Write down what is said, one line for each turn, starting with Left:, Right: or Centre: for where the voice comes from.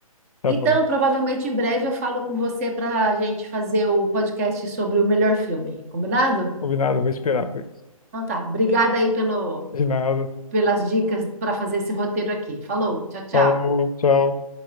Left: Tá
Right: Então,
Left: bom.
Right: provavelmente em breve eu falo com você para a gente fazer o podcast sobre o melhor filme, combinado?
Left: Combinado, vou esperar por isso.
Right: Então tá. Obrigada aí pelo,
Left: De nada.
Right: pelas dicas para fazer esse roteiro aqui. Falou, tchau, tchau.
Left: Falou, tchau.